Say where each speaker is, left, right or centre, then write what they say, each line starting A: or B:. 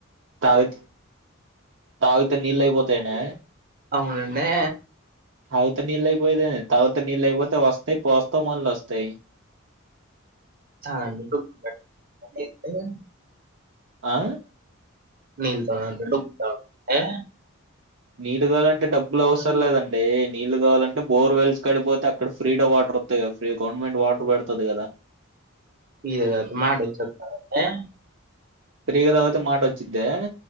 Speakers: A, on the right (about 60°); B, on the right (about 40°).
A: తావి తావితే నీళ్ళు అయిపోతాయనా
B: అవునండే
A: అయితే నీళ్ళుయిపోయినాయి తాగుతే నీళ్ళు అయిపోతే వస్తాయి పోస్తం మళ్ళొస్తాయ్
B: చాలు
A: ఆ
B: నీళ్తోనా డబ్ తా ఆ
A: నీళ్ళు కావాలంటే డబ్బులు అవసరం లేదండి నీళ్ళు కావాలంటే బోర్వెల్స్ కాడిపోతే అక్కడ ఫ్రీ వాటర్ వస్తుంది కదా ఫ్రీ గవర్నమెంట్ వాటర్ పెడతది గదా
B: ఈరోజు <unintelligible>
A: ఫ్రీగా తాగితే మాట వచ్చద్దా